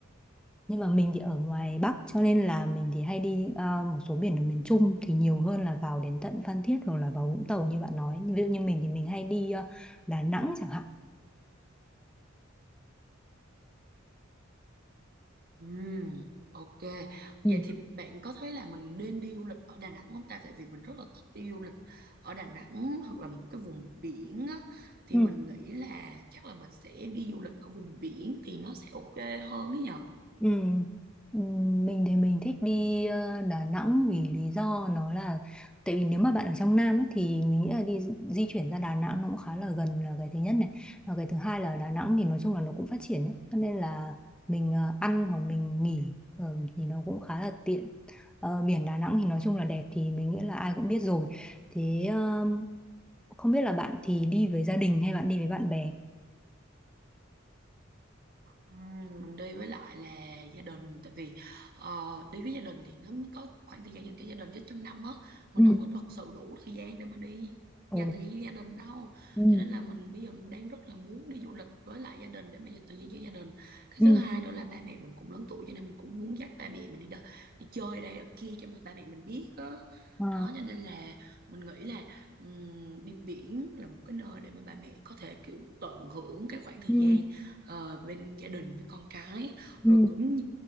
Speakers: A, in the centre; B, on the right (about 45°).
A: nhưng mà mình thì ở ngoài Bắc cho nên là mình thì hay đi à, một số biển ở miền Trung thì nhiều hơn là vào đến tận Phan Thiết hoặc là vào Vũng Tàu như bạn nói ví dụ như mình thì mình hay đi à, Đà Nẵng chẳng hạn
B: Ừm, ok.
A: Ừ.
B: Vậy thì bạn có thấy là mình nên đi du lịch ở Đà Nẵng không ta? Tại vì mình rất là thích đi du lịch ở Đà Nẵng hoặc là một cái vùng biển á, thì
A: Ừ.
B: mình nghĩ là chắc là mình sẽ đi du lịch ở vùng biển thì nó sẽ ok hơn ấy nhờ.
A: Ừ. Ừ, Mình thì mình thích đi ờ, Đà Nẵng vì lý do nó là tại vì nếu mà bạn ở trong Nam á, thì mình nghĩ là đi di chuyển ra Đà Nẵng nó cũng khá là gần là cái thứ nhất này và cái thứ hai là Đà Nẵng thì nói chung là nó cũng phát triển ấy cho nên là mình ờ, ăn hoặc mình nghỉ ờ, thì nó cũng khá là tiện Ờ, biển Đà Nẵng thì nói chung là đẹp thì mình nghĩ là ai cũng biết rồi thế ờ, không biết là bạn thì đi với gia đình hay bạn đi với bạn bè
B: Ừ, mình đi với lại là gia đình tại vì ờ, đi với gia đình thì nó mới có khoảng thời gian dành cho gia đình chứ trong năm á mình
A: Ừ.
B: không có thật sự đủ thời gian để mà đi
A: Ồ,
B: dành thời gian với gia đình đâu
A: ừ
B: cho nên là mình bây giờ mình đang rất là muốn đi du lịch với lại gia đình để mà dành thời gian cho gia đình cái
A: ừ
B: thứ hai nữa là ba mẹ mình cũng lớn tuổi cho nên mình cũng muốn dắt ba mẹ mình đi đ- đi chơi ở đây ở kia cho mà ba mẹ mình biết á
A: ờ.
B: đó cho nên là mình nghĩ là ừm, đi biển là một cái nơi để mà ba mẹ có thể kiểu tận hưởng cái khoảng thời
A: ừ
B: gian ờ, bên gia đình với con cái
A: ừ
B: rồi cũng